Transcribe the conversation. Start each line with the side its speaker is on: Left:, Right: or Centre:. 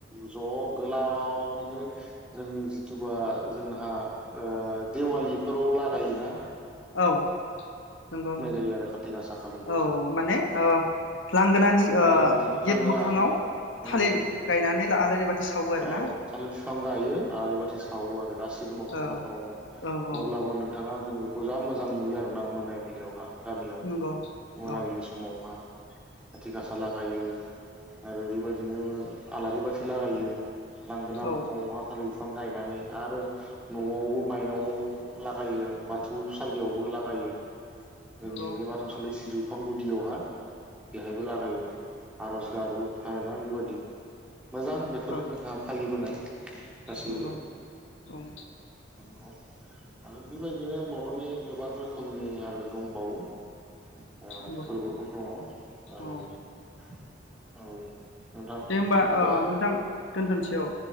Centre: ज' गोलाव। हायनो जों जिथुबा जोंहा दिेवालिफोराव लागोना।
Left: औ नंगौ नौ
Centre: जायो आरो खाथि गासा खालिबो
Left: औ माने ओ लांगोनानि ओ
Centre: आलारि बाथि
Left: गेट
Centre: लांगोना
Left: मोखाङाव
Centre: नंगौ
Left: थालिर
Centre: नंगौ
Left: गायनानै आलारि बाथि सावो आरो
Centre: औ
Left: ना।
Centre: थालिर बिफां गायो आलारिबाथि सावो आरो। गासिबो न'खर
Left: औ
Centre: न'खरावनो
Left: औ औ
Centre: अब्लाबो नोंथाङा। जों बेखौ जा मोजां नुयो आरोना मोनाबिलियावहा। गामियाव
Left: नंगौ
Centre: मोनाबिलि
Left: औ
Centre: समावहा। आाथि गासा लागायो आरो बेबायदिनो आलारि बाथि लागायो। लांगोना
Left: औ
Centre: मोखाङावहा <unintelligible> बिफां गायनानै आरो। न'आवबो मायनावआव लागायो बाथौसालियावबो लागायो। जोंनि
Left: नंगौ
Centre: बे बाथौसालि सिजु। बिफां गुदियावहा बेहायबो लागायो आरज गाबो हायमा बेबायदि। मोजां बेफोरो
Left: औ
Centre: जोंहा। फालिबोनाय। गासैबो
Left: नंगौ औ।
Centre: नंगौ आरो बेबायदिनो बर'नि गोबां रोखोमनि आरो दंबावो। ओ
Left: नंगौ
Centre: फोरबोफोर दङ आरो
Left: औ
Centre: औ नोंथां
Left: दे होमबा
Centre: बिदिबा
Left: ओ नोंथां दोनथ'नोस औ